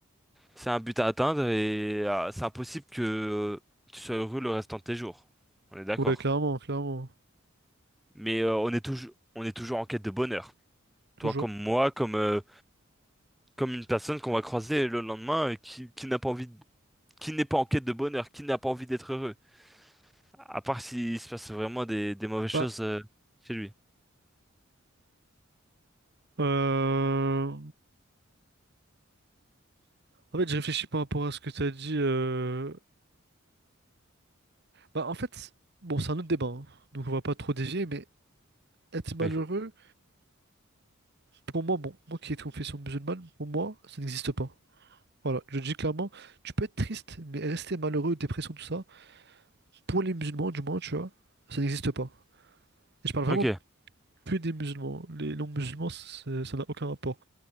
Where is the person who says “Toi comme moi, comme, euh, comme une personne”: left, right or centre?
Centre